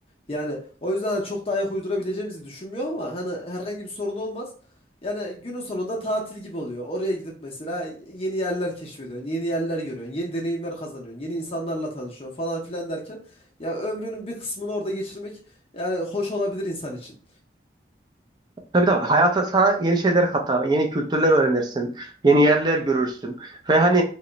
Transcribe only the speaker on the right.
Tabii tabii. Hayata sana yeni şeyler katar, yeni kültürler öğrenirsin, yeni yerler görürsün. Ve hani